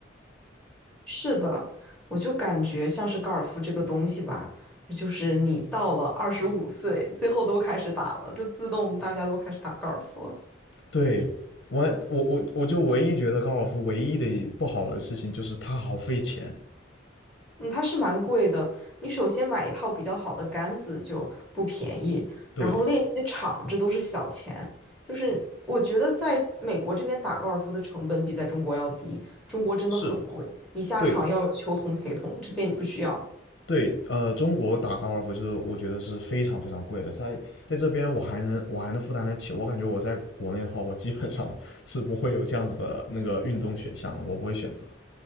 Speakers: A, in the centre; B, on the left (about 70°).
A: 是的，我就感觉像是高尔夫这个东西吧，就是你到了二十五岁，最后都开始打了，就自动大家都开始打高尔夫了。
B: 对，我我我我就唯一觉得高尔夫唯一的不好的事情就是它好费钱。
A: 嗯，它是蛮贵的。你首先买一套比较好的杆子就不便宜，
B: 对，
A: 然后练习场这都是小钱。就是我觉得在美国这边打高尔夫的成本比在中国要低，中国真的很贵，
B: 是，
A: 你下场要有球童陪同，
B: 对，
A: 这边你不需要。
B: 对，呃，中国打高尔夫就是我觉得是非常非常贵的，在在这边我还能我还能负担得起，我感觉我在国内的话，我基本上 <laughs> 是不会有这样子的那个运动选项的，我不会选择。